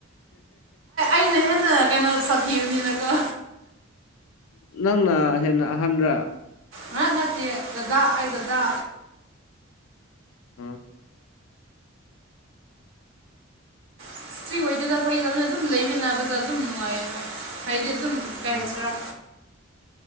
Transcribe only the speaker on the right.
ꯑꯩꯅ ꯍꯦꯟꯅ ꯀꯩꯅꯣ ꯁꯥꯊꯤꯕꯅꯤꯅꯀꯣ
ꯉ ꯅꯠꯇꯦ ꯗꯗꯥ ꯑꯩ ꯗꯗꯥ
ꯍꯇ꯭ꯔꯤ ꯑꯣꯏꯗꯦꯗ ꯐꯩꯗꯅ ꯑꯗꯨꯝ ꯂꯩꯃꯤꯟꯅꯕꯗ ꯑꯗꯨꯝ ꯅꯨꯡꯉꯥꯏꯌꯦꯗ ꯍꯥꯏꯗꯤ ꯑꯗꯨꯝ ꯀ
ꯍꯥꯏꯖꯔꯣ